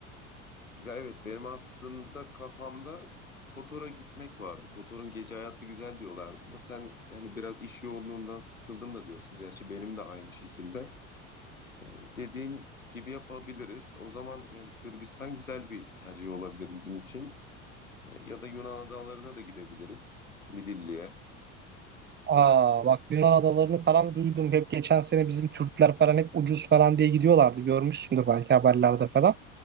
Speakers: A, on the left; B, on the right.
A: Ya evet benim aslında kafamda Kotor'a gitmek vardı. Kotor'un gece hayatı güzel diyorlardı ama sen yani biraz iş yoğunluğundan sıkıldım da diyorsun. Gerçi benim de aynı şekilde. Ee, dediğin gibi yapabiliriz. O zaman yani Sırbistan güzel bir tercih olabilir bizim için. Ee, ya da Yunan adalarına da gidebiliriz. Midilli'ye.
B: Aa
A: O şu-
B: bak Yunan adalarını falan duydum. Hep geçen sene bizim Türkler falan hep ucuz falan diye gidiyorlardı. Görmüşsündür belki haberlerde falan.